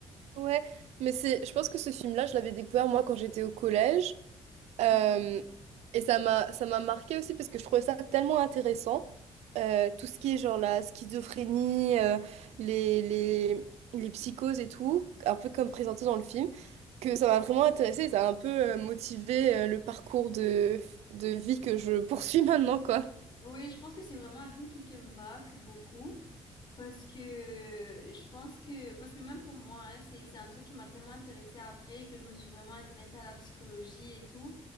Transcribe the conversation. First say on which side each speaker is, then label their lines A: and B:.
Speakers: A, on the right (about 85°); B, on the left (about 45°).
A: Ouais, mais c'est, je pense que ce film-là, je l'avais découvert moi quand j'étais au collège. Euh,
B: Mm.
A: et ça m'a, ça m'a marqué aussi parce que je trouvais ça tellement intéressant. Euh, tout ce qui est genre la schizophrénie, euh, les, les, les psychoses et tout, un peu comme présenté dans le film, que ça m'a vraiment intéressé et ça a un peu euh, motivé euh, le parcours de, de vie que je <laughs> poursuis maintenant, quoi.
B: Oui, je pense que c'est vraiment un film qui te marque beaucoup. Parce que euh, je pense que, parce que même pour moi, hein, c'est, c'est un truc qui m'a tellement intéressée après que je me suis vraiment intéressée à la psychologie et tout.